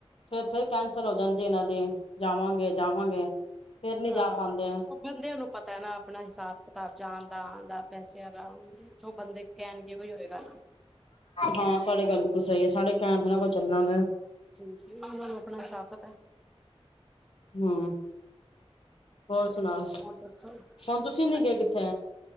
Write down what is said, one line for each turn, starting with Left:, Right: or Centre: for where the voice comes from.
Left: ਫਿਰ -ਫਿਰ ਕੈਂਸਲ ਹੋ ਜਾਂਦੀ ਇਹਨਾਂ ਦੀ ਜਾਵਾਂਗੇ-ਜਾਵਾਂਗੇ ਫੇਰ ਨੀ
Centre: ਹਾਂ
Left: ਜਾ ਪਾਂਦੇ ਆ।
Centre: ਉਹ ਬੰਦਿਆਂ ਨੂੰ ਪਤਾ ਨਾ ਆਪਣਾ ਹਿਸਾਬ-ਕਿਤਾਬ ਜਾਣ ਦਾ, ਆਣ ਦਾ, ਪੈਸਿਆਂ ਦਾ ਜੋ ਬੰਦੇ ਕੇਣਗੇ ਓਵੇਂ ਹੋਏਗਾ ਨਾ।
Left: ਹਾਂ, ਤੁਹਾਡੇ ਗੱਲ ਬਕੁਲ ਸਹੀ ਏ ਸਾਡੇ ਕਹਿਣ ਤੋਂ ਨਾ ਕੋਈ ਚੱਲਣ ਵੈ।
Centre: ਜੀ ਉਨਾਂ ਨੂੰ ਆਪਣਾ ਹਿਸਾਬ ਪਤਾ।
Left: ਹਮ। ਹੋਰ
Centre: ਚਲੋ
Left: ਸੁਣਾਓ,
Centre: ਦੱਸੋ
Left: ਹੁਣ ਤੁਸੀਂ
Centre: ਬਸ
Left: ਨੀ ਗਏ ਕਿੱਥੇ?